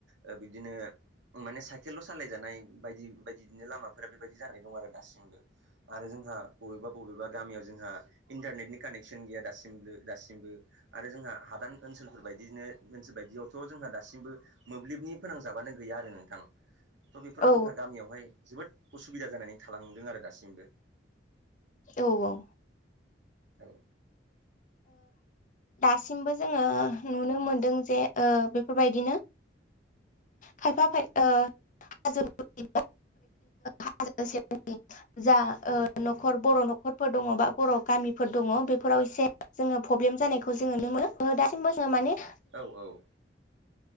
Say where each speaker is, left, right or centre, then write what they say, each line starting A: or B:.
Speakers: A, on the right (about 85°); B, on the left (about 45°).
A: ओ बिबदिनो माने साइकेलल' सालायजानाय बायदि बायदि बिनो लामाफोरा बायदि जानाय दं आरो दासिबो आरो जोंहा बबेबा बबेबा गामियाव जोंहा इन्टारनेटनि कानेक्सन गैया दासिमबो दासिमबो आरो जोंहा हादान ओनसोलफोर बायदिनो ओनसोल बायदियावथ' जोंहा दासिमबो मोब्लिबनि फोनांजाबानो गैया आरो नोंथां थ' बेफोराव
B: औ
A: जोंहा गामियावहाय जोबोद उसुबिदा जानानै थालांदों आरो दासिमबो
B: औ औ
A: औ
B: दासिमबो जोङो नुनो मोनदों जे बेफोरबायदिनो खायफााया हाजोनो हाजो जा न'खर बर' न'खरफोर दङ बा बर' गामिफोर दङ बेफोराव एसे जोङो प्रब्लेम जानायखौ जोङो नु मोनो दासिमबो जोङो माने
A: औ औ